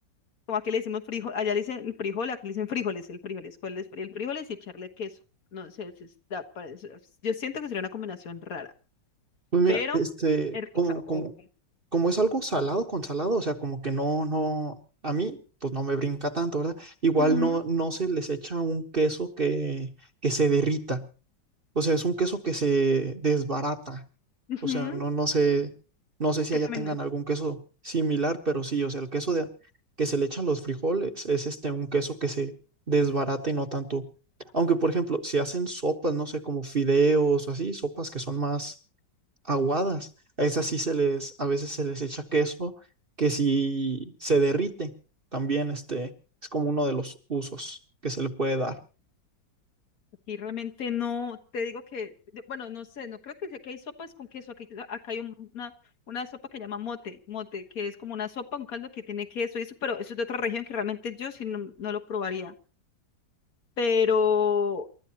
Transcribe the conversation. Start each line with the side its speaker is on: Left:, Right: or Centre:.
Left: como aquí le decimos frijol, allá le dicen frijol, aquí le dicen frijoles, el frijoles. ¿Cuál es el frijoles y echarle queso? No sé, si está, parece- yo siento que sería una combinación rara,
Right: Pues mira,
Left: pero
Right: este,
Left: es rica.
Right: como, como,
Left: ok.
Right: como es algo salado con salado, o sea, como que no, no, a mí, pues no me brinca tanto, ¿verdad? Igual
Left: Ujú.
Right: no, no se les echa un queso que, que se derrita. O sea, es un queso que se desbarata.
Left: Ujú,
Right: O sea, no, no sé, no sé si
Left: Que
Right: allá
Left: también
Right: tengan algún queso similar, pero sí, o sea, el queso de, que se le echa a los frijoles es este un queso que se desbarata y no tanto. Aunque, por ejemplo, si hacen sopas, no sé, como fideos o así, sopas que son más aguadas, a esas sí se les, a veces se les echa queso que sí se derrite. También este es como uno de los usos que se le puede dar.
Left: aquí realmente no, te digo que, yo- bueno, no sé, no creo que sea que hay sopas con queso, aquí, acá hay un- una, una sopa que llama mote, mote, que es como una sopa, un caldo que tiene queso y eso, pero eso es de otra región que realmente yo sí no, no lo probaría. pero